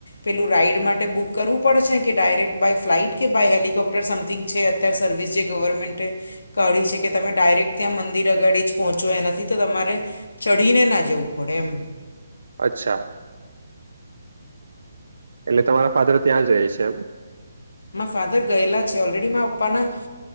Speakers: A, on the left; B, on the right.
A: પેલું રાઈડ માટે બુક કરવું પડે છે કે ડાયરેક્ટ બાય ફ્લાઇટ કે બાય હેલિકોપ્ટર સમથિંગ છે. યા સર્વિસ જે ગવર્મેન્ટ ક છે કે તમે ડાયરેક્ટ ત્યાં મંદિર આગળ જ પહોંચો એના તો તમારે ચડીને ના જવું પડે એમ
B: અચ્છા એટલે તમારા ફાધર ત્યાં જાય છે, એમ
A: મા ફાધર ગયેલા છે, ઓલરેડી મા પપ્પાના